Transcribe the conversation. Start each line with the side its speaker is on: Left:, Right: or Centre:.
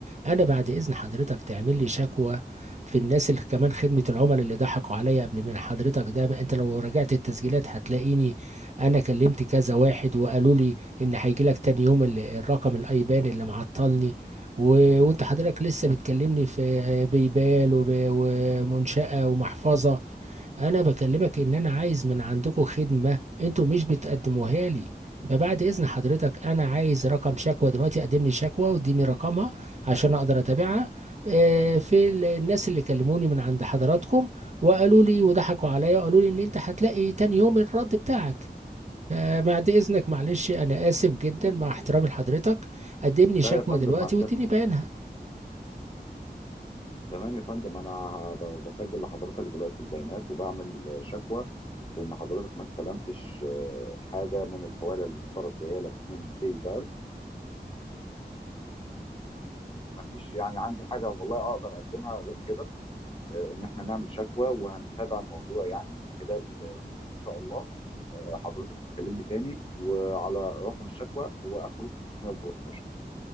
Right: انا بعد اذن حضرتك تعمل لي شكوى في الناس اللي كمان خدمة العملاء اللي ضحكوا عليا قبل من حضرتك ده ما انت لو راجعت التسجيلات هتلاقيني انا كلمت كذا واحد وقالوا لي ان هيجي لك تاني يوم ال- الرقم الايبان اللي معطلني و... وانت حضرتك لسه بتكلمني في آه، بيبال وب... ومنشأة ومحفظة انا بكلمك ان انا عايز من عندكم خدمة انتوا مش بتقدموها لي فبعد اذن حضرتك انا عايز رقم شكوى دلوقتي قدم لي شكوى واديني رقمها عشان اقدر اتابعها آه، في ال- الناس اللي كلموني من عند حضراتكم وقالوا لي وضحكوا عليا وقالوا لي ان انت هتلاقي تاني يوم الرد بتاعك فبعد اذنك معلش انا اسف جدا
Left: آه،
Right: مع
Left: آه،
Right: احترامي لحضرتك قدم لي
Left: لا
Right: شكوى
Left: يا فندم
Right: دلوقتي
Left: مع سيادة
Right: واديني بيانها
Left: تمام يا فندم انا ه- بسجل لحضرتك دلوقتي البيانات وبعمل شكوى في ان حضرتك ما استلمتش آه، حاجه من الحواله اللي المفترض جايه لك من باي بال ما فيش يعني عندي حاجه والله اقدر اقدمها غير كده آه، ان احنا نعمل شكوى وهنتابع الموضوع يعني خلال يومين ان شاء الله آه، حضرتك هتكلمني تاني وعلى رقم الشكوى هو اخره 513